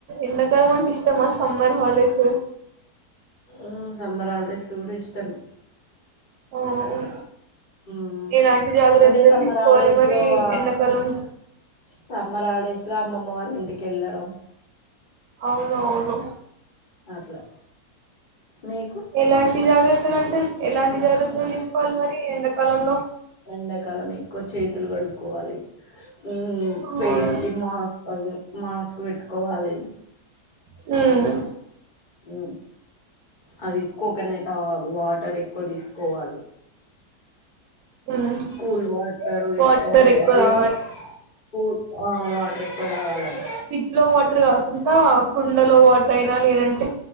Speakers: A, on the right; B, on the left.
A: ఎండాకాలం అంటే ఇష్టం ఆ సమ్మర్ హాల్డేస్
B: ఉ సమ్మర్ హాల్డేస్ గుడా ఇష్టమే
A: ఆ
B: మ్
A: ఎలాంటి జాగ్రత్తలు
B: అంటె సమ్మర్
A: తీసుకోవాలి
B: హాల్డేస్
A: మరి
B: లో ఆ
A: ఎండాకాలం
B: సమ్మర్ హాల్డేస్ లో అమ్మమ్మ వాళ్ళింటికెళ్ళడం
A: అవునువును
B: అట్లా మీకు
A: ఎలాంటి జాగ్రత్తలు అంటే ఎలాంటి జాగ్రత్తలు తీసుకోవాలి మరి ఎండాకాలంలో
B: ఎండాకాలం ఎక్కువ చేతులు కడుక్కోవాలి ఉ ఫేస్
A: అవును
B: కి మాస్క్ మాస్క్ పెట్టుకోవాలి
A: మ్మ్మ్మ్
B: ఉ అది కోకోనట్ వాటర్ ఎక్కువ తీసుకోవాలి
A: ఉమ్
B: కూల్ వాటరు
A: వాటర్
B: ఇసుకోవాలండీ
A: ఎక్కువ తాగాలి
B: కూల్ వాటర్ ఎక్కువ తాగాలి అండి
A: ఫ్రిడ్జ్ లో వాటర్ కాకుండా కుండలో వాటర్ అయినా లేదంటే